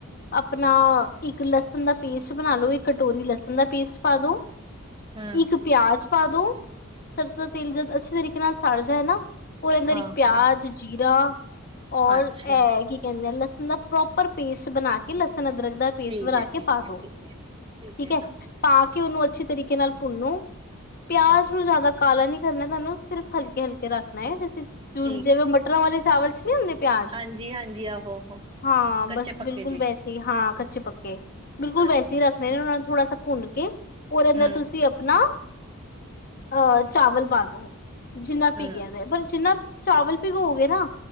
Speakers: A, on the left; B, on the right.
A: ਆਪਣਾ ਇੱਕ ਲਸਣ ਦਾ ਪੇਸਟ ਬਣਾ ਲੋ, ਇੱਕ ਕਟੋਰੀ ਲਸਣ ਦਾ ਪੇਸਟ ਪਾ ਦੋ
B: ਹੂੰ,
A: ਇੱਕ ਪਿਆਜ ਪਾ ਦੋ ਸਰਸੋਂ ਦਾ ਤੇਲ ਜ ਅੱਛੇ ਤਰੀਕੇ ਨਾਲ ਸਾੜ ਜਾਏ ਨਾ ਉਹ ਇਹਦਾ
B: ਹਾਂ-ਹਾਂ,
A: ਇੱਕ ਪਿਆਜ ਜੀਰਾ ਔਰ
B: ਅੱਛਾ।
A: ਇਹ ਕੀ ਕਹਿੰਦੇ ਆ ਲ ਪ੍ਰੋਪਰ ਪੇਸਟ ਬਣਾ ਕੇ ਲ ਲਸਨ ਅਦਰਕ ਦਾ ਪੇਸਟ
B: ਠੀਕ
A: ਬਣਾ
B: ਹੈ,
A: ਕੇ
B: ਠੀਕ
A: ਪਾ
B: ਹੈ,
A: ਦੋ
B: ਠੀਕ ਹੈ।
A: ਠੀਕ ਹੈ
B: ਹਾਂ,
A: ਪਾ ਕੇ ਉਹਨੂੰ ਅੱਛੇ ਤਰੀਕੇ ਨਾਲ ਭੁਨੋ ਪਿਆਜ
B: ਹੂੰ
A: ਨੂੰ ਜਿਆਦਾ ਕਾਲਾ ਨੀ ਕੀ ਕਰਨਾ ਹੈ ਤੁਹਾਨੂੰ, ਸਿਰਫ਼ ਹਲਕੇ ਹਲਕੇ ਰੱਖਣਾ ਹੈ ਸੀਂਮ ਤੇ ਹੁਣ
B: ਠੀਕ
A: ਜਿਵੇਂ ਮਟਰਾਂ ਵਾਲੇ ਚਾਵਲ ਚ ਨੀ ਹੁੰਦੇ ਪਿਆਜ,
B: ਹਾਂਜੀ, ਹਾਂਜੀ ਆਹੋ, ਆਹੋ
A: ਹਾਂ
B: ਕੱਚੇ
A: ਬਸ
B: ਪੱਕੇ
A: ਬਿਲਕੁਲ
B: ਜੇ
A: ਵੈਸੀੇ ਹਾਂ ਕੱਚੇ ਪੱਕੇ ਬਿਲਕੁਲ
B: ਹਾਂਜੀ,
A: ਵੈਸੀੇ ਰੱਖ ਫਿਰ ਉਹਨਾ ਨੂੰ ਥੋੜਾ ਸ ਭੁੰਨ ਕੇ ਉਹ ਹੈਨਾ
B: ਹੂੰ,
A: ਤੁਸੀਂ ਆਪਣਾ ਅਹ ਚਾਵਲ ਪਾ ਦੋ ਜਿੰਨਾ
B: ਹੂੰ
A: ਭ ਕਦੇ ਪਰ ਜਿੰਨਾ ਚਾਵਲ ਭਿਗੋਗੇ ਨਾ